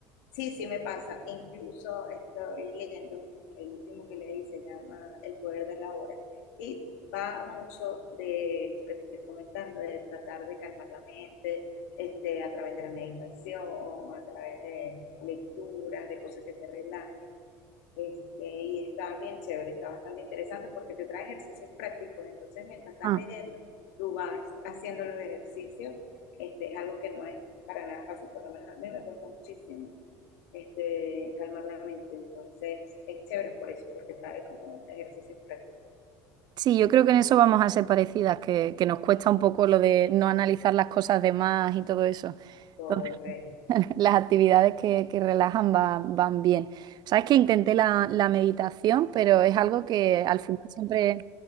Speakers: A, on the left; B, on the right.
A: Sí, sí me pasa. Incluso estoy leyendo el último que leí, se llama El poder de la hora. Y va mucho de esto que te estoy comentando, de tratar de calmar la mente, este, a través de la meditación, a través de lecturas, de cosas que te relajen. Este, y está bien chévere, está bastante interesante porque te trae ejercicios prácticos. Entonces, mientras estás
B: Ah.
A: leyendo, tú vas haciendo los ejercicios. Este, es algo que no es para nada fácil, por lo menos a mí me cuesta muchísimo este, calmar la mente. Entonces, es chévere por eso, porque trae como ejercicios prácticos.
B: Sí, yo creo que en eso vamos a ser parecidas, que, que nos cuesta un poco lo de no analizar las cosas de más y todo eso.
A: Correcto.
B: Entonces, <laughs> las actividades que, que relajan va- van bien. Sabes que intenté la, la meditación, pero es algo que al final siempre,